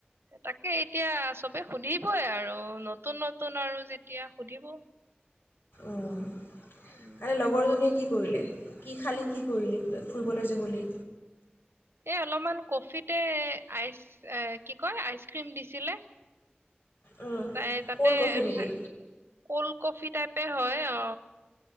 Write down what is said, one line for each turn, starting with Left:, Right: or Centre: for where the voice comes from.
Right: তাকে এতিয়া চবে সুধিবই আৰু নতুন নতুন আৰু যেতিয়া সুধিব।
Left: উম
Right: উম
Left: আৰে লগৰ জনীয়ে কি কৰিলে কি খালি কি কৰিলি <unintelligible> ফুৰিবলৈ যে গ'লি?
Right: এই অলপমান কফিতে আইচ এ কি কয় আইচক্ৰীম দিছিলে।
Left: উম,
Right: তাই তাতে
Left: ক'ল্ড কফি নেকি?
Right: খাই- কল্ড কফি টাইপে হয় অ।